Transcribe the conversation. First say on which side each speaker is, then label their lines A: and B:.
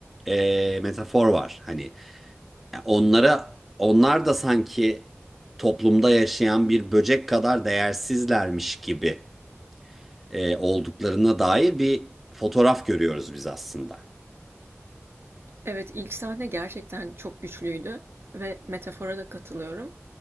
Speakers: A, in the centre; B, on the right (about 55°).
A: e, metafor var. Hani onlara onlar da sanki toplumda yaşayan bir böcek kadar değersizlermiş gibi e, olduklarına dair bir fotoğraf görüyoruz biz aslında.
B: Evet, ilk sahne gerçekten çok güçlüydü ve metafora da katılıyorum.